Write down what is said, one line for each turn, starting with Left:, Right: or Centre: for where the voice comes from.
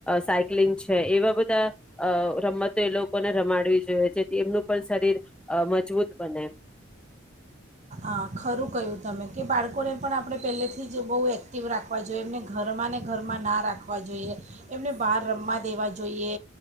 Centre: સાયક્લિંગ છે એવા બધા અ રમત એ લોકોને રમાડવી જોઈએ જેથી એમનું પણ શરીર મજબૂત બને.
Right: આ ખરું કહ્યું તમે કે બાળકોને પણ આપણે પહેલેથી જ બઉ એક્ટિવ રાખવા જોઈએ એમને ઘરમાં ને ઘરમાં ના રાખવા જોઈએ એમને બહાર રમવા દેવા જોઈએ